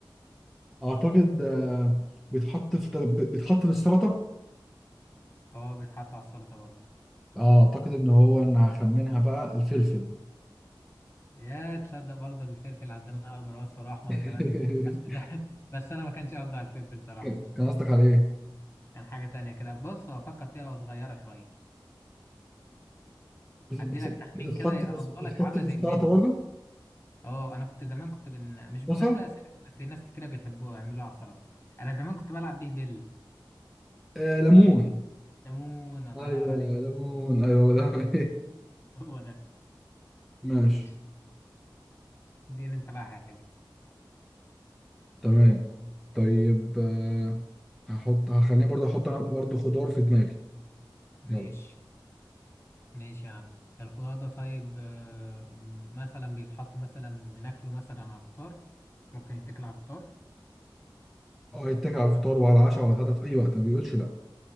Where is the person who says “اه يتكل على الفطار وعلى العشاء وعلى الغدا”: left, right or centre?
Centre